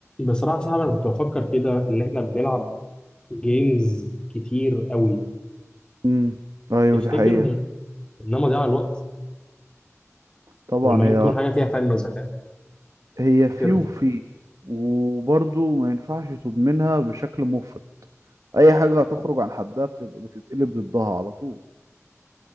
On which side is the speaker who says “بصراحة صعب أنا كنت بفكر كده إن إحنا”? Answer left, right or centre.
Left